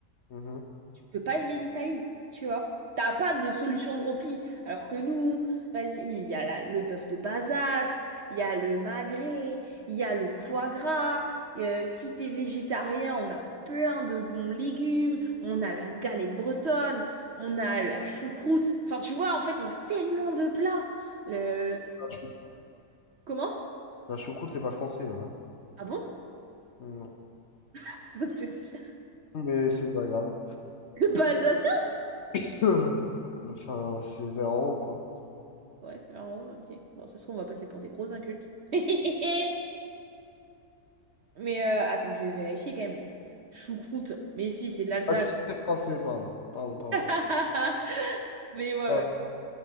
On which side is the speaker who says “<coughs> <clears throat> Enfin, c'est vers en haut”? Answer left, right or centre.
Left